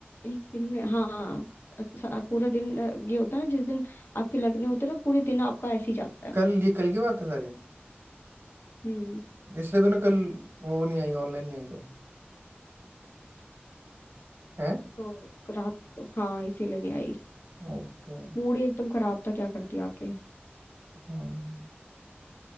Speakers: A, on the left; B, on the right.
A: एक दिन में हाँ अ, सा- पूरा दिन अ, ये होता है ना जिस दिन आपके लगने होते हैं ना पूरे दिन आपका ऐसे ही जाता है
B: कल ये कल की बात है सारी
A: हम्म
B: इसलिए तूने कल वो नहीं आई ऑनलाइन नहीं आई तो है
A: तो रात को हाँ इसीलिए नहीं आई
B: ओके
A: मूड ही एकदम खराब था क्या करती आके
B: हम्म